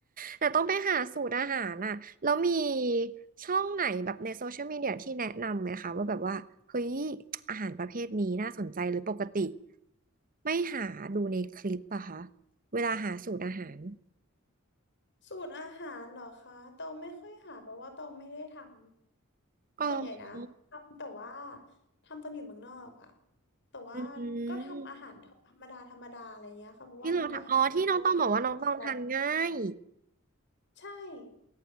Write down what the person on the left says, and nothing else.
สูตรอาหารเหรอคะตองไม่ค่อยหาเพราะว่าตองไม่ได้ทำส่วนใหญ่นะทำแต่ว่า
ทำตอนอยู่เมืองนอกอะแต่ว่า
ก็ทำอาหารธรรมดาธรรมดาอะไรเงี้ยค่ะเพราะว่ามันก็หาแบบพวกอุปกรณ์มาก
ใช่